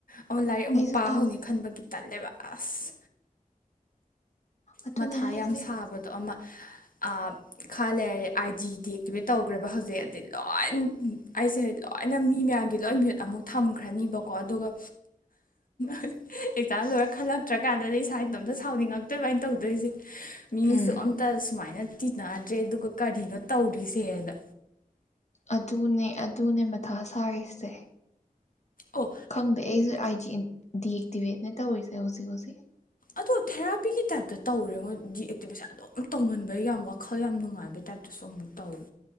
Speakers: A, on the left; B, on the left.
A: ꯑꯃ ꯂꯥꯏꯔꯤꯛ ꯑꯃꯨꯛ
B: ꯑꯩꯁꯨ
A: ꯄꯥꯍꯧꯅꯤ
B: ꯇꯜꯂꯦ
A: ꯈꯟꯕꯒꯤ ꯇꯜꯂꯦꯕ ꯑꯁ
B: ꯑꯗꯨꯅꯦ
A: ꯃꯊꯥ
B: ꯍꯥꯏꯁꯦ
A: ꯌꯥꯝ ꯁꯥꯕꯗꯣ ꯑꯃ ꯑ ꯈꯂꯩ ꯑꯥꯏ ꯗꯤ ꯗꯤꯑꯦꯛꯇꯤꯚꯦꯠ ꯇꯧꯈ꯭ꯔꯦꯕ ꯍꯧꯖꯤꯛ ꯑꯗꯤ ꯂꯣꯏ ꯑꯩꯁꯦ ꯂꯣꯏꯅ ꯃꯤ ꯃꯌꯥꯝꯒꯤ ꯂꯣꯏ ꯃꯌ꯭ꯨꯠ ꯑꯃꯨꯛ ꯊꯝꯈ꯭ꯔꯅꯤꯕꯀꯣ ꯑꯗꯨꯒ ꯑꯦꯛꯖꯥꯝ ꯂꯣꯏꯔ ꯈꯜꯂꯛꯇ꯭ꯔꯀꯥꯟꯗꯗꯤ ꯏꯁꯥ ꯏꯇꯣꯝꯇ ꯁꯥꯎꯅꯤꯡꯉꯛꯇꯣꯏꯕ ꯇꯧꯗꯣꯏꯁꯦ ꯃꯤꯁꯨ
B: ꯎꯝ
A: ꯑꯝꯇ ꯁꯨꯃꯥꯏꯅ ꯇꯤꯟꯅꯗ꯭ꯔꯦ ꯑꯗꯨꯒ ꯀꯔꯤꯅꯣ ꯇꯧꯔꯤꯁꯦꯅ
B: ꯑꯗꯨꯅꯦ ꯑꯗꯨꯅꯦ ꯃꯊꯥ ꯁꯥꯔꯤꯁꯦ
A: ꯑꯣ
B: ꯈꯪꯗꯦ ꯑꯩꯁꯨ ꯑꯥꯏꯖꯤꯗꯤ <unintelligible> ꯇꯧꯔꯤꯁꯦ ꯍꯧꯖꯤꯛ ꯍꯧꯖꯤꯛ
A: ꯑꯗꯣ ꯊꯦꯔꯥꯄꯤꯒꯤ ꯇꯥꯏꯞꯇ ꯇꯧꯔꯦꯉꯣꯏ ꯗꯤꯑꯛꯇꯤꯚꯁꯦ ꯑꯗꯨꯝ ꯇꯧꯃꯟꯕꯩ ꯌꯥꯝ ꯋꯥꯈꯜ ꯌꯥꯝ ꯅꯨꯡꯉꯥꯏꯕꯩ ꯇꯥꯏꯞꯇꯁꯨ ꯑꯃꯨꯛ ꯇꯧꯋꯦ